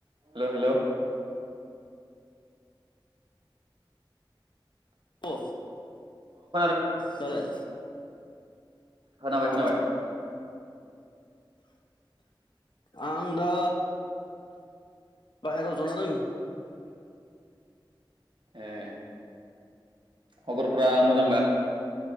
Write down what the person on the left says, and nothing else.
अ
दालाय
अ
आं दा
बाहेराव जना दों